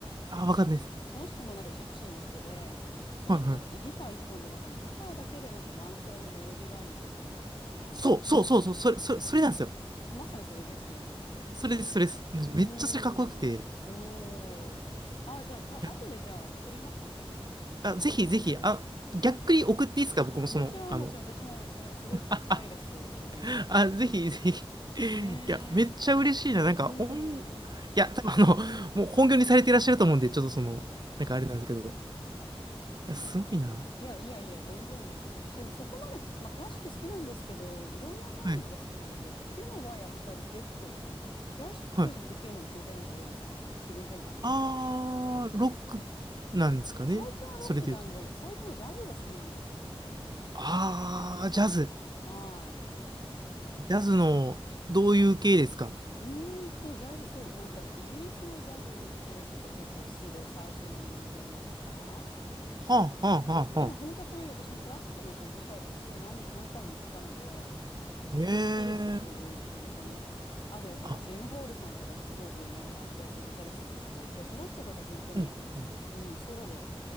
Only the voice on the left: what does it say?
その人もなんかジプシーの人で、そのなんかギター一本で、
なんかギターだけでなんか伴奏もメロディーラインもできるみたいな。
そう、まさにそれですよね。
うーん、
そう。あ、じゃあ、じゃあ、
後でじゃあ送りますね。
そうそ
う。もちろん、
もちろん、私もそれすごい聞きたいです。
そういうの。
ねえ。
うん。
いやいやいや、全然ですよ。私でもそこまで、まあ、クラシック好きなんですけど、いろんなジャンルが好きなので、
聞くのはやっぱり結構、クラシックじゃないのを聞いてるのが多いですかね。
なんか気分転換というか。
最近はロックじゃんで、
最近はジャズが好きなんですよね。
はい。
うーんと、ジャズ、そうで、なんかイギリスのジャズ系とか結構好きで、サウスロンドン系のとか。
うん、でも本当はそういう、
私もクラシックのそのギターとかすごい何、何回も行ったので、すごい好きですよ、
そういうの、
本当に。あと、なんかジム・
ホールさんとかってすごい有名なジャズギタリストの人がいて、その人こそ本当に、
うん、ソロで